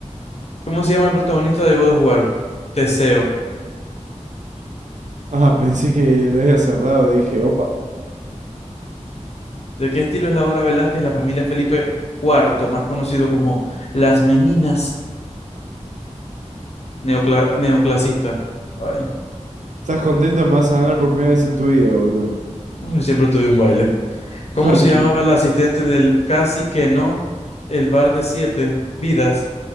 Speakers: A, on the left; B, on the right.
A: ¿Cómo se llama el protagonista de God of War? Teseo.
B: Ah, pensé que la había cerrado, dije, opa.
A: ¿De qué estilo es la obra Velázquez, la familia Felipe Cuarto, más conocido como Las Meninas neocla- neoclasista? Ay,
B: ¿Estás contento? Me vas a ganar por primera vez en tu vida, boludo.
A: uy, siempre tuve un baile. ¿Cómo
B: Cualquiera.
A: se llamaba la asistente del Casi que no, el bar de siete vidas?